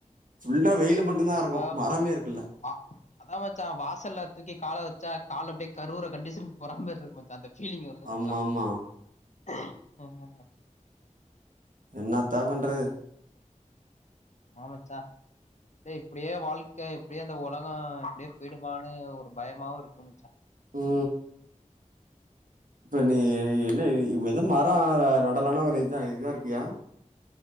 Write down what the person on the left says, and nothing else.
ஏ இப்ப
ஆ அதா மச்சா வாசல்ல தூக்கி கால வெச்சா கால அப்டியே கருவுர கண்டிஷன்கு போறா மாரிருக்கு மச்சா அந்த ஃபீலிங் வருது மச்சா
<unintelligible>
ஆமா மச்சா இப்டியே வாழ்க்க இப்டியே இந்த உலகோ இப்டியே போயிடுமான்னு ஒரு பயமாவோயிருக்கு மச்சா